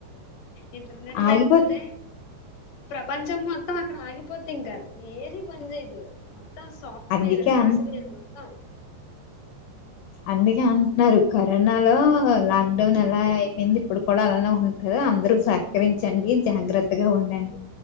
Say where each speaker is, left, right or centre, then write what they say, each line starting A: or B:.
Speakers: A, on the left; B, on the left.
A: ఇంటర్నెట్
B: ఆగిపోత్
A: లేకపోతే ప్రపంచం మొత్తం అక్కడ ఆగిపో ప్పతీంకా ఏరి పని ఇదు మొత్తం సాఫ్ట్వేర్
B: అందుకే
A: హార్ట్వేర్
B: అన్
A: మొత్తం
B: అందుకే అంటున్నారు కరోనా లో లాక్డౌన్ ఎలా అయిపోయింది ఇప్పుడు కూడా అ ఉంట అందరూ సహకరించండి జాగ్రత్తగా ఉండండి